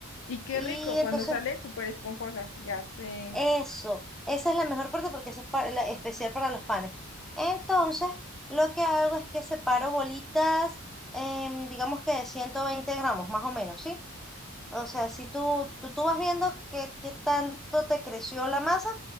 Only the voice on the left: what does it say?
Y qué
rico, cuando
sale súper esponjosa, ya sé.